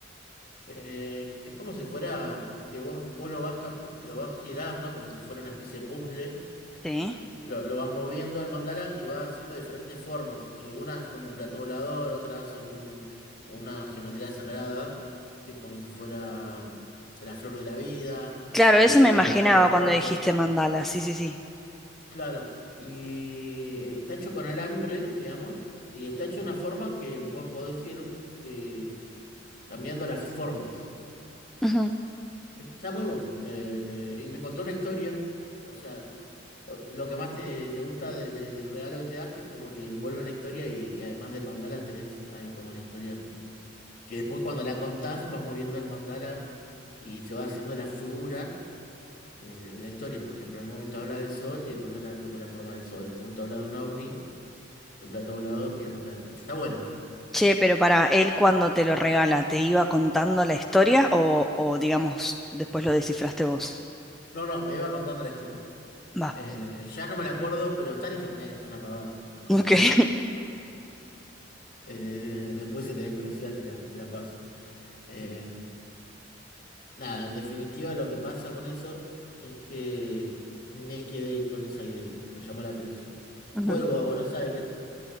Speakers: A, on the left; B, in the centre.
A: Eh, es como si fuera que vos, vos lo vas, cam- lo vas girando, como si fuera una especie de puzzle.
B: Sí.
A: Lo, lo vas moviendo el mandala y va haciendo diferentes formas. Y una es como un plato volador, otra hace un- una geometría sagrada, que es como si fuera mm, la flor de la vida,
B: Claro,
A: eh,
B: eso me
A: lo-
B: imaginaba
A: la flor del
B: cuando
A: loto.
B: dijiste mandala, sí, sí, sí.
A: Claro, y eh, está hecho con alambre, digamos, y está hecho de una forma que vos podés ir eh, cambiando las formas.
B: Ujú.
A: ¿Viste? Está muy bueno. Eh, y me contó una historia, o sea, o- lo que más te, te gusta de- de- del regalo que te das, que es como que envuelve una historia y, y además del mandala tenés ahí como una historia, con- que después cuando la contás vas moviendo el mandala y se va haciendo la figura eh, de la historia. Por ejemplo, en un momento habla del sol y el mandala toma la forma del sol, en un momento habla de un ovni. El plato volador y el mandar. Está bueno.
B: Che, pero para él cuando te lo regala, ¿te iba contando la historia o, o digamos, después lo descifraste vos?
A: No, no, me iba contando la historia.
B: Va,
A: Eh, ya no me la acuerdo, pero está en internet, es una pavada encontrarla.
B: ok. <laughs>
A: Eh, después, si tenés curiosidad, te la, te la paso. Eh, nada, en definitiva, lo que pasa con eso es que me quedé con esa idea, me llamó la atención.
B: Ujú,
A: Vuelvo a Buenos Aires